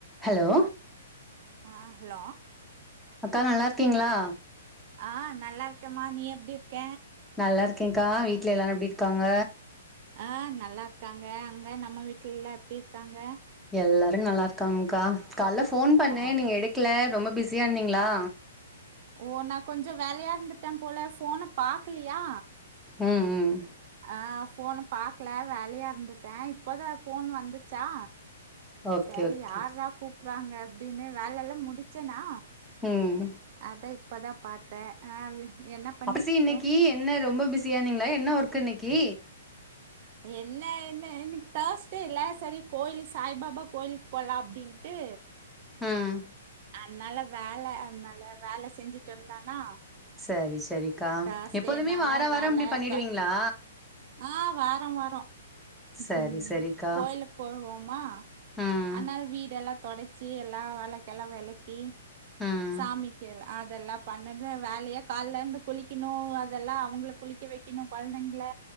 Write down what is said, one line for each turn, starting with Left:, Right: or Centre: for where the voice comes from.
Centre: Hello
Right: ஆ hello
Centre: அக்கா நல்லா இருக்கீங்களா
Right: ஆ நல்லா இருக்கேம்மா நீ எப்புடி இருக்க
Centre: நல்லா இருக்காங்கா வீட்டுல எல்லாரு எப்புடி இருக்காங்க
Right: ஆ நல்லா இருக்காங்க அங்க நம்ம வீட்டுலல்லா எப்புடி இருக்காங்க
Centre: எல்லாரு நல்லா இருக்காங்க்கா காலையில ஃபோன் பண்ணே
Right: ஆ
Centre: நீங்க எடுக்கல ரொம்ப பிஸியா இருந்தீங்களா
Right: ஓ நா கொஞ்ச வேலையா இருந்துட்டே போல ஃபோன பாக்கலயா
Centre: ம் ம்
Right: ஆஹ் ஃபோனை பாக்கல வேலையா இருந்துட்டே இப்போ தா ஃபோன் வந்துச்சா
Centre: ஓகே
Right: சரி
Centre: ஓகே
Right: யாரா கூப்பறாங்க அப்புடின்னு வேலை எல்லா முடிச்சேனா
Centre: ம்
Right: அதா இப்பதா பாத்தே ஆ என்ன பண்ணிட்ருக்க
Centre: அப்பசி இன்னைக்கு என்ன ரொம்ப பிஸியாானீங்களா என்ன ஒர்க் இன்னைக்கு
Right: என்ன என்ன இன்னைக்கு தேர்ஸ்டே எல்ல சரி கோயிலு சாய் பாபா கோயிலுக்கு போலா அப்புடின்ட்டு
Centre: ம்
Right: அதனால வேலை அதனால வேலை செஞ்சுட்டு இருந்தானா
Centre: சரி சரிக்கா
Right: தேர்ஸ்டேனால
Centre: எப்போதுமே வாரே வாரே
Right: வேல
Centre: இப்புடி பண்ணிடுவீங்களா
Right: தொ ஆ வாரா வாரா
Centre: சரி
Right: ம்
Centre: சரிக்கா
Right: கோயிலு போ வோமா
Centre: ம்
Right: ஆனா வீடெல்லா தொடடைச்சி எல்லா வெளக்கெல்லா விளக்கி
Centre: ம்
Right: சாமிக்கு அதெல்லா பண்ணது வேலையா காலல இருந்து குளிக்கணு அத எல்லா அவுங்கள குளிக்க வைக் என்ன கொழந்தைங்கள